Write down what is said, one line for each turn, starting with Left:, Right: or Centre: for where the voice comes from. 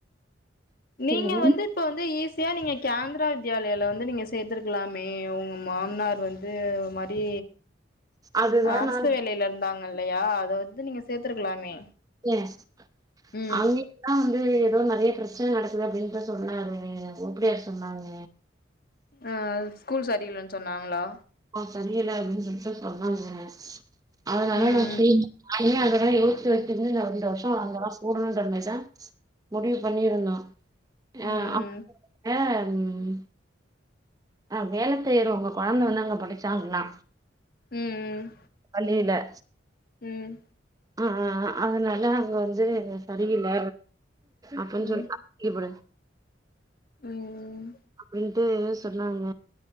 Left: நீங்க
Right: என்ன
Left: வந்து இப்போ வந்து ஈஸியா நீங்க கேந்தரா வித்யாலயால வந்து நீங்க சேத்துருக்கலாமே உங்க மாம்னார் வந் இது அது மாரி
Right: அதுதா
Left: அரசு
Right: நா
Left: வேலையில இருந்தாங்க இல்லையா அத வந்து நீங்க சேத்துருக்கலாமே
Right: எஸ்
Left: உம்
Right: அங்கயுதா வந்து எதோ நறைய பிரச்சனை நடக்குது அப்டின்னுட்டுதா சொன்னாங் ஓப்புடியா சொன்னாங்க
Left: ஆ ஸ்கூல் சரியில்லன்னு சொன்னாங்களா
Right: அ சரியில்ல அப்டீன்னு சொல்லிட்டு சொன்னாங்க அதனால
Left: ம்
Right: நா போய் இனிமே அதலா யோசிச்சு வெச்சன்னு இன்னு நா ரெண்டு வர்ஷோ அங்கதா ஸ்டூடண்ட் அட்மிஷன் முடிவு பண்ணியிருந்தோ அ
Left: ம்
Right: அப் அ உம் ஆ வேல செய்றோவுங்க கொழந்த வந்து அங்க படிச்சாங்லா
Left: ம் ம்
Right: பள்ளியில
Left: உம்
Right: ஆ ஆ அதனால அங்க வந்து சரியில்ல அப்டீன்னு
Left: ம்
Right: சொல்ட் இப்புடி
Left: ம்
Right: அப்டீன்ட்டு சொன்னாங்க